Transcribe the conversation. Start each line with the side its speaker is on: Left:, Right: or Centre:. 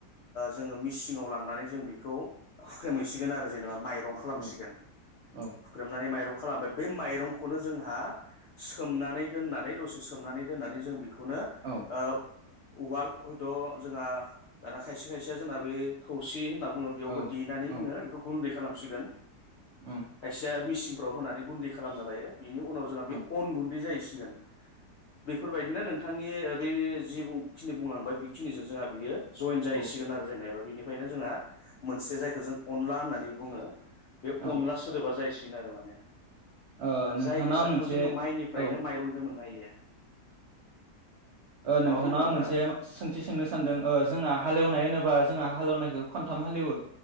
Left: जोङो मिसिङाव लांनानै जों बेखौ हुसिगोन आरो जेनेबा माइरं खालामसिगोन
Right: औ औ
Left: फुख्रेमनानै माइरं खालाम दों बे माइरंखौनो जोंहा सोमनानै दोननानै दसे सोमनानै दोननानै जों बेखौनो ओ
Right: औ
Left: उवाल हयथ' जोंहा दाना खायसे खायसेया जोंना बे थौसि होनना बेयावबो
Right: औ
Left: देनानै
Right: औ
Left: जोङो बेखौ गुन्दै खालामसिगोन
Right: औ
Left: खाइसेया मिसिनफ्राव होनानै गुन्दै खालामना लायो बिनि उनाव जोंहा बे
Right: औ
Left: अन गुन्दै जाहैसिगोन बेफोरबायदिनो नोंथांनि बे जिखिनि बुंलांबाय बेखिनिजों जोंहा बियो जयेन जाहैसिगोन
Right: औ
Left: आरो जेनेबा बिनिफ्रायनो जोंहा मोनसे जायखौ जों अनला होननानै बुङो बे
Right: औ
Left: अनला सोदोबा जाहैसिगोन आरो माने
Right: ओ नोंथांनाव
Left: जाय बेसादखौ
Right: आं मोनसे
Left: जोङो माइनिफ्रायनो
Right: औ
Left: माइरंनिफ्राय मोननो हायो
Right: औ
Left: माबा
Right: नोंथांनाव
Left: बुंदोंमोन
Right: आं
Left: नोंथाङा
Right: मोनसे सोंथि सोंनो सानदों ओ जोंहा हालेवनाय होनोबा जोंहा
Left: औ
Right: हालेवनायखौ खनथाम हालेवो